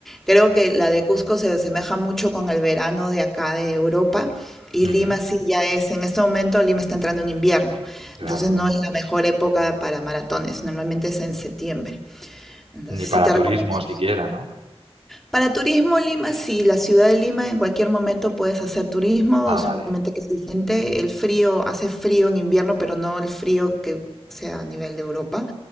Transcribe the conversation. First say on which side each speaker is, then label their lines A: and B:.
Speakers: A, in the centre; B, on the right.
A: Creo que la de Cusco se asemeja mucho con el verano de acá de Europa y
B: Ujú,
A: Lima sí ya es, en este momento Lima está entrando en invierno,
B: Claro,
A: entonces no es la mejor época para maratones, normalmente es en septiembre. Entonces
B: ni para
A: sí te
B: turismo
A: recomendaría.
B: siquiera, ¿no?
A: Para turismo Lima, sí, la ciudad de Lima en cualquier momento puedes hacer turismo,
B: Ah,
A: solamente
B: vale,
A: que es diferente. El frío, hace frío en invierno, pero no el frío que sea a nivel de Europa.